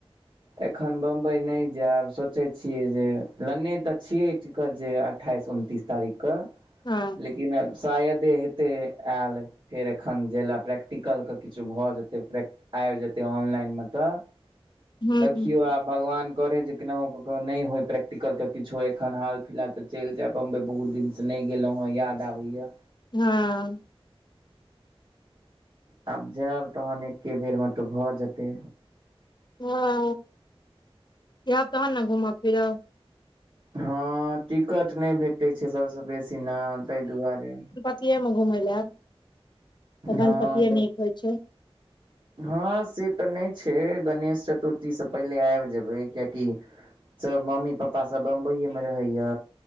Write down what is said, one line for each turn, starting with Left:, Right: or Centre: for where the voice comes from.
Right: एखन बम्बई नहि जायब, सोचै छियै जे, लने तऽ छियै टिकट, जे। अठ्ठाइस, उनतिस, तारीखके।
Left: हँ।
Right: लेकिन, शायदे हेते आयल। फेर एखन जा लए, प्रैक्टिकलके किछु भऽ जेतै, प्रैक् आबि जेतै ऑनलाइनमे तऽ,
Left: हूँ
Right: देखियौ, आब भगवान करै जे, केनाहु क नहि होय प्रैक्टिकल, तऽ किछो एखन हाल, फिलहाल तऽ, चलि जायब बम्बइ, बहुत दिनसँ नहि गेलहुँ हँ, याद आबैए,
Left: ह,
Right: आब जायब तहन, एके बेर मे तऽ भऽ जेतै,।
Left: हँ, इहब तहन ने घूमब फिरब।
Right: हँ, टिकट नहि भेटैत छै सभसँ बेसी न, ताहि दुआरे।
Left: अब घुमेए ला, ओतके
Right: हँ
Left: गणपतिए
Right: देख
Left: निक होएत छै।
Right: हँ, से तऽ नहि छै, गणेश चतुर्थीसँ पहिले, आबि जेबै किएकि। सब, मम्मी पपापा सब, बम्बइए मे रहैया।